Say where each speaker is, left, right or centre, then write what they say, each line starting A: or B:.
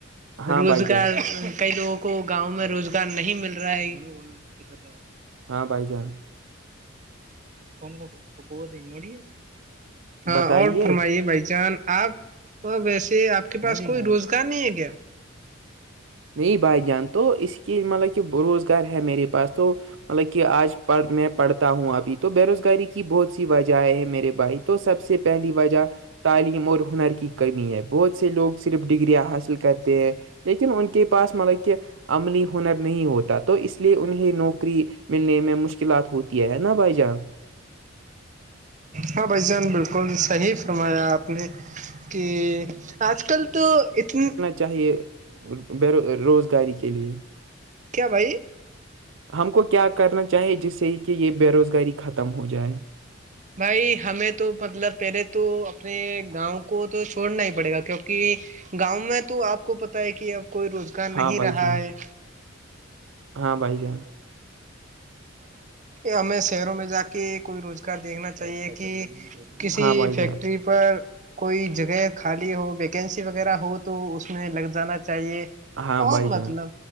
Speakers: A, on the right; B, on the right.
A: ہاں
B: روزگار
A: بھائی جان
B: کئی لوگوں کو گاؤں میں روزگار نہیں مل رہا ہے <inaudible>
A: ہاں بھائی جان
B: ن کوتی ہاں
A: بتائیے
B: اور فرمائیے بھائی جان آپ <unintelligible> اور ویسے آپ کے پاس کوئی روزگار نہیں ہے کیا
A: نہیں بھائی جان تو اس کی مطلب کہ بروس گار ہے میرے پاس تو مطلب کہ آج پ میں پڑھتا ہوں ابھی تو بے روزگاری کی بہت س <unintelligible> وجہ آئے ہے میرے بھائی تو سب سے پہلی وجہ تعلیم اور ہنر کی کمی ہے بہت سے لوگ صرف ڈگریاں حاصل کرتے ہیں لیکن ان کے پاس مطلب کہ عملی ہنر نہیں ہوتا تو اس لیے انہیں نوکری ملنے میں مشکلات ہوتی ہے نا بھائی جان
B: ہاں بھائی جان بالکل صحی فرمایا آپ نے کہ آج کل تو اتنی
A: چاہے بو روزگاری کے لیے
B: کیا بھائی
A: ہم کو کیا کرنا چاہیے جس سے کہ یہ بے روزگاری ختم ہو جائے
B: بھائی ہمیں تو مطلب پہلے تو اپنے گاؤں کو تو چھوڑنا ہی پڑے گا کیونکہ گاؤں میں تو آپ کو پتا ہے کہ اب کوئی روزگار
A: ہاں
B: نہیں
A: بھائی
B: رہا
A: جان
B: ہے
A: ہاں بھائی جان
B: ہمیں شہروں میں جا کے کوئی روزگار دیکھنا چاہیے کہ کسی
A: ہاں بھائی
B: فیکٹری
A: جان
B: پر کوئی جگہ خالی ہو ویکینسی وغیرہ ہو تو اس میں لگ جانا چاہیے
A: ہاں
B: اور
A: بھائی جان
B: مطلب